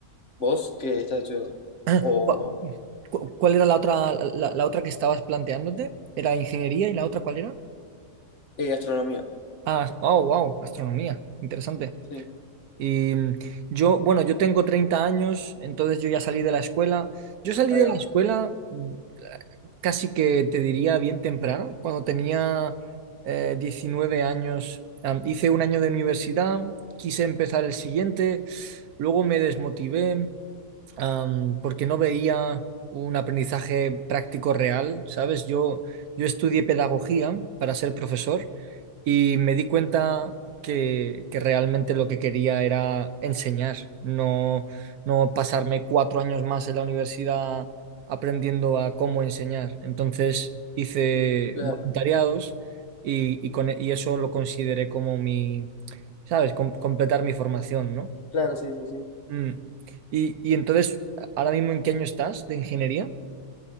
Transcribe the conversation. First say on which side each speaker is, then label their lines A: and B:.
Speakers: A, on the left; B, on the right.
A: ¿Vos qué estás estudiando?
B: <clears throat> Ah,
A: O
B: ¿Cu- cu- ¿Cuál era la otra, la, la otra que estabas planteándote? ¿Era ingeniería y la otra cuál era?
A: eh, astronomía.
B: Ah, oh, wow, astronomía. Interesante.
A: Sí,
B: Y mm, yo, bueno, yo tengo 30 años, entonces yo ya salí de la escuela. Yo salí
A: ahí
B: de
A: va.
B: la escuela mm, casi que te diría bien temprano, cuando tenía eh, 19 años. Am, hice un año de universidad, quise empezar el siguiente, luego me desmotivé, am, porque no veía un aprendizaje práctico real, ¿sabes? Yo, yo estudié pedagogía para ser profesor y me di cuenta que, que realmente lo que quería era enseñar, no, no pasarme cuatro años más en la universidad aprendiendo a cómo enseñar. Entonces hice
A: Claro,
B: voluntariados y, y con- y eso lo consideré como mi, ¿sabes? Com- completar mi formación, ¿no?
A: claro, sí, sí, sí.
B: Mm. Y, y entonces, ¿ahora mismo en qué año estás de ingeniería?